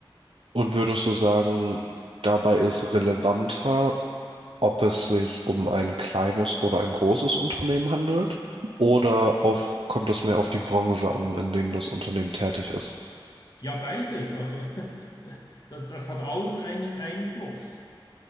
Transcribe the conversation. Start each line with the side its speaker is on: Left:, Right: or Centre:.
Right: Und würdest du sagen, dabei ist relevanter ob es sich um ein kleines oder ein großes Unternehmen handelt oder auf, kommt es mehr auf die Branche an, in dem das Unternehmen tätig ist?
Left: Ja, beides. Also <laughs> das, das hat alles einen Einfluss.